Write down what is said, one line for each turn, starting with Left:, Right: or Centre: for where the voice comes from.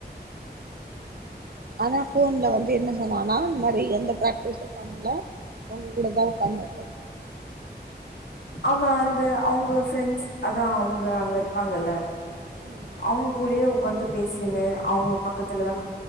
Right: ஆனா ஃபோன்ல வந்து என்ன சொன்னனா இந்த மாரி எந்த ப்ராட்க்டிஸு பண்ல உங்ககூட தா உக்காந்துனுருப்பே
Left: அவ அந்த அவுங்க ஃப்ரெண்ட்ஸ் அதா அவுங்க அங்க இருப்பாங்கல்ல
Right: ம் ம்
Left: அவுங்க கூடயே ஒக் காந்து பேசின்னு அவுங்க பக்கத்துலதா